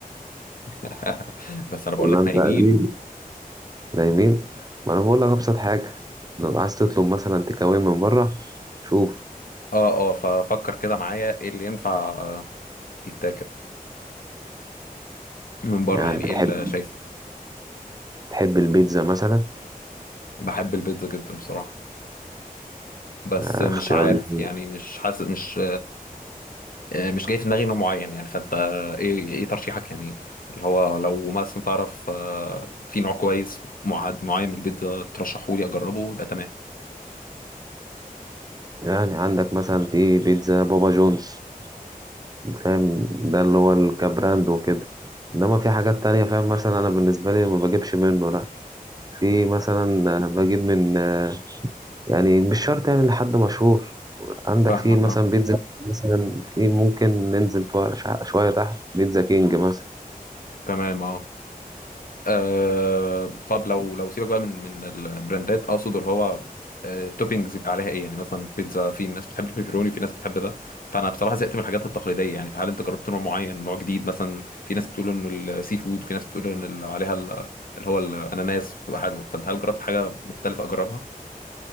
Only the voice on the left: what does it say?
<laughs> بس انا بقول
لك
نايمين
اه اه ففكر كده معايا ايه اللي ينفع آه، يتاكل من بره
يعني
ايه اللي شايفه
بحب البيتزا جدا بصراحه بس
مش
عارف
يعني مش حاسس مش آه، مش جاي في دماغي نوع معين يعني فانت ايه ايه ترشيحك يعني اللي هو لو مثلا تعرف آه، في نوع كويس معد معين من البيتزا ترشحه لي اجربه يبقى تمام
فاهمك
اه
تمام اه آه طب لو لو سيبك بقى من من البراندات اقصد اللي هو آه توبينجز يبقى عليها ايه يعني مثلا البيتزا في ناس بتحب البيبروني في ناس بتحب ده فانا بصراحه زهقت من الحاجات التقليديه يعني فهل انت جربت نوع معين نوع جديد مثلا في ناس بتقول انه السي فود وفي ناس بتقول ان ال- عليها ال- اللي هو الاناناس بتبقى حلوه فانت هل جربت حاجه مختلفه اجربها